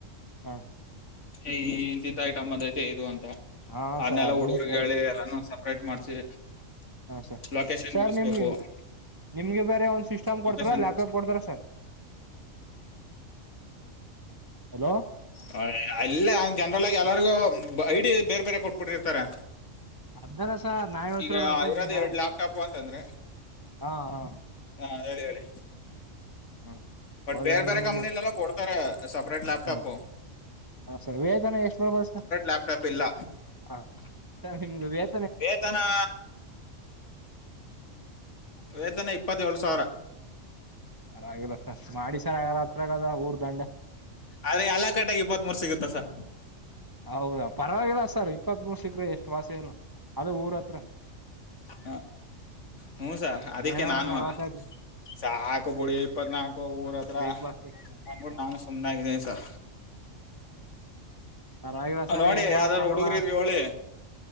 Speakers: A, on the right; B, on the left.
A: ಹಾ
B: ಏ ಈ ಇಂತೀಂತ್ತ ಐಟಮ್ ಬಂದೈತೆ ಇದು ಅಂತ
A: ಹಾ
B: ಅದ್ನೆಲ್ಲ
A: ಸರ್ ಅದನ್ನೇ
B: ಹುಡ್ಗೀರ್
A: ಕೇಳಿದ್ದು
B: ಹೇಳಿ ಎಲ್ಲಾನ ಸಪ್ರೇಟ್ ಮಾಡ್ಸಿ
A: ಹ್ಮ್ ಹಾ ಸರ್
B: ಲೊಕೇಶನ್
A: ಸರ್
B: ಇಡಿಸ್ಬೇಕು
A: ನಿಮ್ಗ್ ನಿಮ್ಗೆ ಬೇರೆ ಒಂದ್ ಸಿಸ್ಟಮ್
B: ಲೊಕೇಶನ್
A: ಕೊಡ್ತಾರ ಲ್ಯಾಪ್ಟಾಪ್ ಕೊಡ್ತಾರ ಸರ್ ಹಲೋ
B: ಹ ಅಲ್ಲ ಜನರಲ್ಲಾಗೆ ಎಲ್ಲರಿಗು ಐಡಿ ಬೇರೆ ಬೇರೆ ಕೊಟ್ಬಿಟ್ಟಿರ್ತಾರೆ
A: ಅದ್ನಲ್ಲ ಸರ್ ನಾ ಹೇಳ್ತಿರೋದು
B: ಈಗ
A: ಅರ್ಥ ಆಯ್ತಿದ್ದ
B: ಇರೋದೆ ಎರ್ಡು ಲ್ಯಾಪ್ಟಾಪ್ ಅಂತಂದ್ರೆ
A: ಹಾ ಹಾ
B: ಹಾ ಹೇಳಿಹೇಳಿ
A: ಹಾ
B: ಬಟ್
A: ಹೌದು
B: ಬೇರೆ ಬೇರೆ
A: ನಿಮ್ಗೆ
B: ಕಂಪ್ನಿ ಎಲ್ಲ ಕೊಟ್ ಸಪರೇಟ್ ಲಾಪ್ಟಾಪು
A: ಹ ಹ ಸರ್ ವೇತನ ಎಷ್ಟು ಬರ್ಬೋದ ಸ
B: ಲ್ಯಾಪ್ಟಾಪ್ ಇಲ್ಲ
A: ಹ ಸರ್ ನಿಮ್ದು ವೇತ
B: ವೇತನಾ ವೇತನ ಇಪ್ಪತ್ತೇಳು ಸಾವ್ರ
A: ಪರಾವಾಗಿಲ್ಲ ಸ ಮಾಡಿ ಸರ್ ಹತ್ರಗದೆ ಊರ್ ದಂಡೆ
B: ಆದ್ರೆ ಎಲ್ಲಾ ಕಟ್ಟಾಗಿ ಇಪ್ಪತ್ತ್ ಮೂರು ಸಿಗುತ್ತೆ ಸ
A: ಹೌದಾ ಪರವಾಗಿಲ್ಲ ಸರ್ ಇಪ್ಪತ್ತ್ ಮೂರು ಸಿಕ್ಕ್ರು ಎಷ್ಟ್ ವಾಸಿಲ್ಲ ಅದು ಊರು ಹತ್ರ
B: ಹ ಹ್ಮು ಸರ್ ಅದಿಕ್ಕೆ
A: ಏನೋ
B: ನಾನುವ
A: ಒಂದ್ ನಲ್ವತ್ತೈದು
B: ಸಾಕು ಬುಡಿ ಇಪ್ಪತ್ನಾಲ್ಕ್ ಒ ಊರ್ ಹತ್ರ
A: ಬಿಗ್ ಬಾಸ್ಕೆಟ್
B: ಹಂದ್ಬಿಟ್ಟು ನಾನು ಸುಮ್ನೆಾಗಿದ್ದೀನಿ ಸ
A: ಪರಾವಾಗಿಲ್ಲ ಸರ್
B: ನೋಡಿ
A: ಏನ್ ಮಾಡಕ್
B: ಯಾವ್ದಾದ್ರು
A: ಆಗಲ್ಲ
B: ಹುಡುಗ್ರು ಇದ್ರಿ ಹೇಳಿ